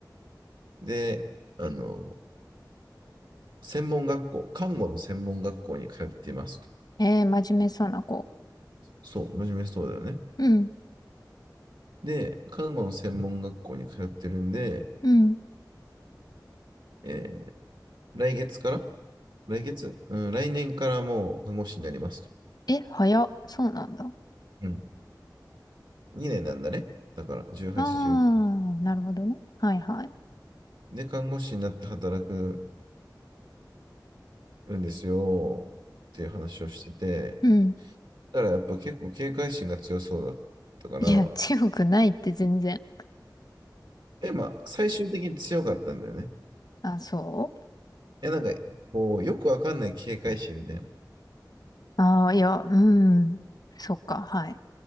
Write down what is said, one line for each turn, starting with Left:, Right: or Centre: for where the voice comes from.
Right: で、あの、専門学校、看護の専門学校に通っていますと。
Left: えー、真面目そうな子。
Right: そう、真面目そうだよね。
Left: うん、
Right: で、看護の専門学校に通ってるんで、
Left: うん。
Right: えー来月から来月うん、来年からもう看護師になりますと。
Left: え、早っ。そうなんだ。
Right: うん2年なんだね。だから、18、
Left: あー、
Right: 19。
Left: なるほどね。はいはい。
Right: で、看護師になって働くんですよっていう話をしてて、
Left: うん。
Right: だからやっぱ結構警戒心が強そうだったから、
Left: いや、強くないって全然。
Right: え、まあ、最終的に強かったんだよね。
Left: あ、そ
Right: え、なんか、こう、よくわかんない警戒心みたいな。
Left: うああー、いや、うん。そっか、はい。